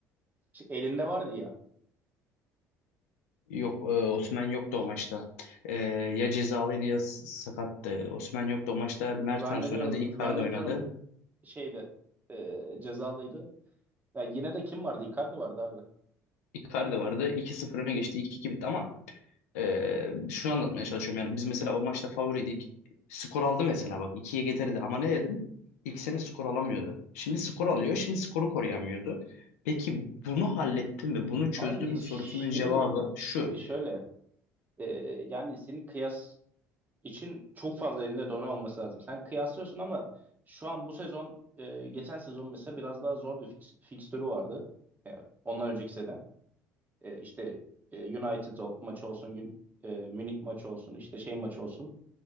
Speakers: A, on the right (about 20°); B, on the left (about 75°).
A: ş- elinde vardı ya.
B: Yok, e, Osimhen yoktu o maçta. E, ya cezalıydı ya s- sakattı. Osimhen yoktu o maçta.
A: Zannediyorum
B: Mertens oynadı, Icardi
A: zannediyorum
B: oynadı.
A: şeyde e, cezalıydı. Ya yine de kim vardı? Icardi vardı abi.
B: Icardi vardı. iki sıfır öne geçti, iki iki bitti ama e, şunu anlatmaya çalışıyorum. Yani biz mesela o maçta favoriydik. Skor aldı mesela bak ikiye getirdi ama ne dedim? İlk sene skor alamıyordu. Şimdi skor alıyor, şimdi skoru koruyamıyordu. Peki bunu halletti mi, bunu çözdü
A: Abi
B: mü
A: şimdi
B: sorusunun cevabı
A: şimdi
B: şu.
A: şöyle e, yani senin kıyas için çok fazla elinde dona olması lazım. Sen kıyaslıyorsun ama şu an bu sezon e, geçen sezon mesela biraz daha zor bir fix, fikstürü vardı. Yani ondan önceki sene. E, işte e, United o- maçı olsun, Yun- e, Münih maçı olsun, işte şey maçı olsun,